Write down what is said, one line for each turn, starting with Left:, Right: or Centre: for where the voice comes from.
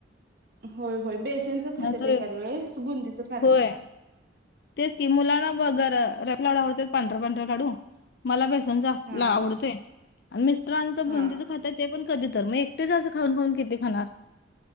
Right: होय होय बेसनच खात
Left: नाहीतर
Right: येत एखाद्या वेळेस बुंदच खात
Left: होय
Right: नाही.
Left: तेच की मुलांना बगर रत लावडा आवडत पांढर्या पांढर्या काढू मला बेस
Right: हा
Left: आवडय म्रां भंदीच
Right: हा
Left: खातय ते पण कधी तर मग तेच असं खाऊन खाऊन किती खाणार.